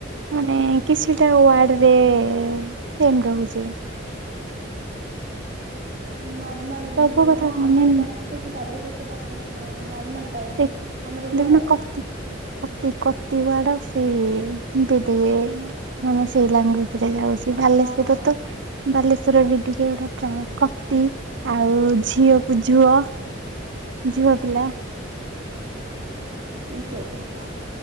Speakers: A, on the right; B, on the right.
A: ମାନେ କିଛିଟା ଓାର୍ଡରେ ସେମ୍ ରହୁଛି।
B: ନର୍ମାଲ ବୋଧେ
A: ସବୁ କଥା
B: ହଁ
A: କହୁନି
B: ଆମର ଏଇ ପାଖାପାଖି ବାଲେଶ୍ଵରତ ପାଖରେ ହଁ ନର୍ମାଲ। ଟା ବୋଧେ।
A: <unintelligible>
B: ଆମରି ଭଳିଆ ଆଉ
A: କତି, କତି ଓାର୍ଡ ସେଇ ବିଦିଏ, ମାନେ ସେଇ ଲାଙ୍ଗୱେଜ। ରେ ଯାଉଛି, ବାଲେଶ୍ଵର
B: ହଁ ହଁ
A: ତ ବାଲେଶ୍ଵର ବି ଟିକେ ଏଟା ପ୍ରାୟ କତି, ଆଉ ଝିଅକୁ ଝୁଅ, ଝୁଅ ପିଲା।
B: ଝୁଅ ପିଲା।